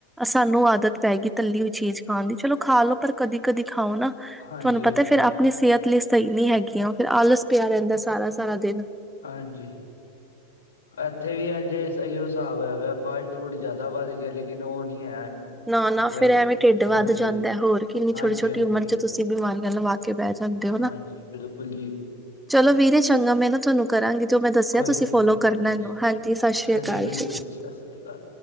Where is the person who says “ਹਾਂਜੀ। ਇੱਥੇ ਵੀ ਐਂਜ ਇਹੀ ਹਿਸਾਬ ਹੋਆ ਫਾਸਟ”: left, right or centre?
Left